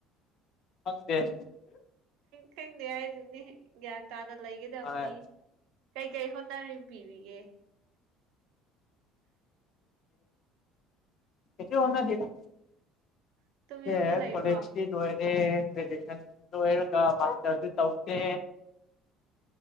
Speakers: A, on the left; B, on the right.
A: ꯍꯗꯦ
B: ꯈꯪꯗꯦ ꯍꯥꯏꯗꯨꯅꯤ ꯒ꯭ꯌꯥꯟ ꯇꯥꯅ ꯂꯩꯒꯗꯕꯅꯤ
A: ꯍꯣꯏ
B: ꯀꯩꯀꯩ ꯍꯣꯠꯅꯔꯤ ꯄꯔꯤꯒꯦ
A: ꯀꯁꯨꯣ ꯍꯅ ꯊꯗꯥ
B: ꯑꯗꯨꯝ
A: ꯑꯦ
B: ꯌꯨꯝꯗ ꯂꯩꯕ꯭ꯔꯣ
A: ꯀꯣꯂꯦꯖ ꯔ ꯒ꯭ꯔꯦꯖꯨꯦꯁꯟ ꯂꯣꯏꯔꯒ ꯃꯥꯁꯇꯔꯁꯨ ꯇꯧꯁꯦ